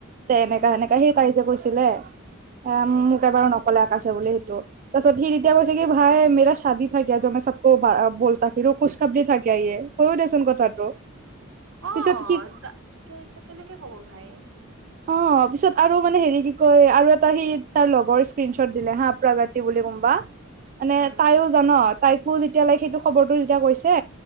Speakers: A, on the right (about 40°); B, on the right (about 65°).
A: তে
B: উম।
A: এনেকা সেনেকা সেই তাই যে কৈছে ছিলে এ
B: উম।
A: মোক এবাৰ নকলে আকাশে বুলি সেইটো তাৰপিছত সি তেতিয়া কৈছে কি ভাই মেৰা শাদি কিয়া য মে চব ক বলতা কিৰো খোচ খাবৰি থা কিয়া ইয়ে হয়ও দেচোন কথাটো পিছত
B: অ',
A: সি
B: কেনেকে কব ভাইয়ে
A: অহ, পিছত আৰু মানে হেৰি কি কয় আৰু এটা সি তাৰ লগৰ স্ক্ৰীনশ্বট দিলে হা প্ৰবট কি বুলি কম বা মানে
B: উম।
A: তাইও জান। তাইকো যেতিয়ালৈকে সেইটো খবৰটো যেতিয়া কৈছে